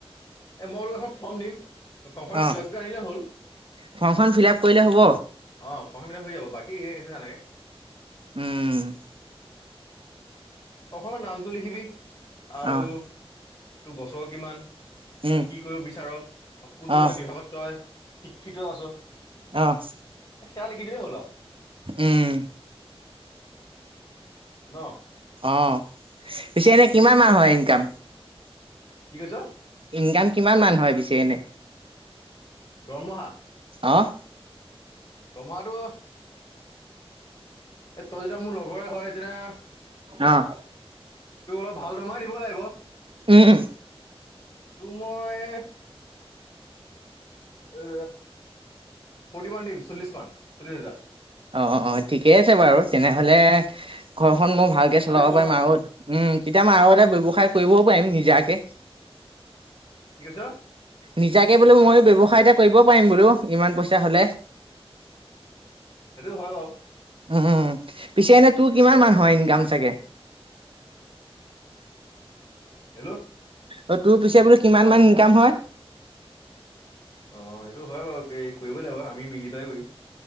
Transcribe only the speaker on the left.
এই মই তোক এখন ফৰ্ম দিম। ফৰ্মখন
ফিল আপ কৰি আনিলেই হ'ল, অ'।
ফৰ্মখন ফিলআপ হৈ যাব, বাকী সেই একো নালাগে?
প্ৰথমে নামটো লিখিবি আৰু
তোৰ বছৰ কিমান তই
কি কৰিব বিচাৰ কোনটো
মানে বিভাগত তই শিক্ষিত আছ।
শাহ লিখি দিলে হল আৰু।
ন
কি কৈছ?
দৰমহা?
দৰমহাটো এ তই যেতিয়া মোৰ লগৰে হয় তেতি
তোৰ অলপ ভাল দৰমহাই দিব লাগিব।
ত মই এ ফৰ্টি মান দিম চল্লিছ মান চল্লিছ হেজাৰ।
ভালেই হ'ব
ন
কি কৈছ
হটো হয় বাৰু
হেল্ল'
অ' সেইটো হয় বাৰু এই কৰিবই লাগিব আমি মিলি পেলাই কৰিম